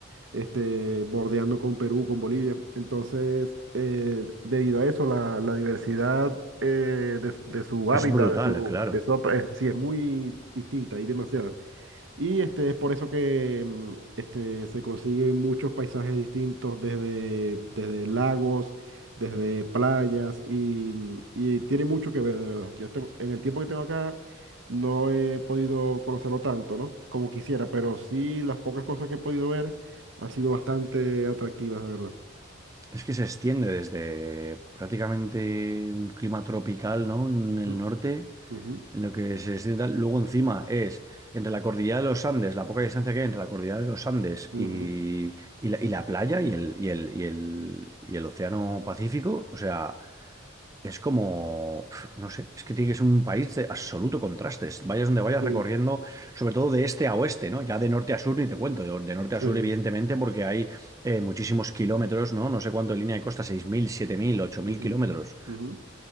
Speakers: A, on the right; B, on the right.
A: este, bordeando con Perú, con Bolivia. Entonces, eh, debido a eso, la, la diversidad eh, de, de su hábitat,
B: Es brutal,
A: de su,
B: claro.
A: de su, eh, sí, es muy distinta, hay demasiada. Y este, es por eso que mm, este, se consiguen muchos paisajes distintos, desde, desde lagos, desde playas, y, mm, y tiene mucho que ver, de verdad. Yo tengo- en el tiempo que tengo acá no he podido conocerlo tanto, ¿no? Como quisiera, pero sí las pocas cosas que he podido ver han sido bastante atractivas, de verdad.
B: Es que se extiende desde prácticamente un clima tropical, ¿no? En
A: Ujú,
B: el norte,
A: ujú,
B: en lo que se extiende tal. Luego encima es entre la cordillera de los Andes, la poca distancia que hay entre la cordillera de los Andes
A: ujú.
B: y, y la, y la playa y el, y el, y el, y el océano Pacífico. O sea, es como, pf, no sé, es que tiene que ser un país de absoluto contrastes. Vayas donde vayas
A: Sí,
B: recorriendo, sobre todo de este a oeste, ¿no? Ya de norte a sur ni te cuento, de, de norte
A: sí.
B: a sur evidentemente porque hay eh, muchísimos kilómetros, ¿no? No sé cuánto de línea de costa, seis mil siete mil ocho mil
A: ujú,
B: kilómetros.
A: ujú.